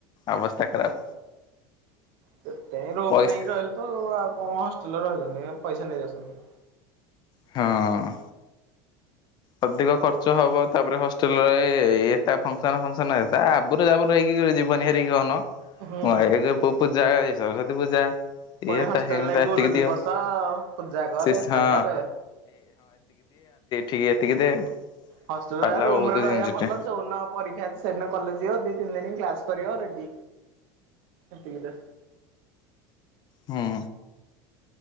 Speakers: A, on the left; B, on the right.
A: ଅବସ୍ଥା ଖରାପ।
B: ସେତେଇଁ ରୁମ
A: ପଇସା
B: ନେଇକି ରହିଲୁ ତ ଆଉ କଣ ହଷ୍ଟେଲରେ ରହିଲନି ପଇସା ନେଇଯାଉଛନ୍ତି।
A: ହଁଅଁ ଅଧିକ ଖର୍ଚ୍ଚ ହବ ତାପରେ ହଷ୍ଟେଲ ରେ ଏ ଟା ଫଙ୍କସନ ଫଙ୍କସନ ଆ ଆବୁରୁ ଯାବୁରୁ ହେଇକି ଯିବନି ହେରିକି କହୁନ।
B: ହୁଁ।
A: ମୁଁ ଏ ଏ ଗେ ପୂଜା ଯାଏ ସରସ୍ଵତୀ ପୂଜା
B: ପୁଣି
A: ଇଏ
B: ହଷ୍ଟେଲ
A: ତା ହେମତା
B: ରେ ଗୋରୁ
A: ଏତିକି
B: ଦିବସ
A: ଦିଅ
B: ପୂଜା କରେ
A: ସେ
B: ଏତା
A: ହଁ
B: କରେ।
A: ଠିଏ ଏତିକି ଦେ।
B: ହଷ୍ଟେଲ ରହା
A: ପାଲା
B: ରୁମ
A: ବହୁତ
B: ରେ ରହିବା
A: ଜିନିଷଟେ
B: ଭଲ ଯୋଉନ ପରୀକ୍ଷା ଅଛି ସେଦିନ କଲେଜ ଯିବ ଦି ତିନି ଦିନି କ୍ଲାସ। କରିବ ରେଡି ଏତିକିରେ
A: ହୁଁ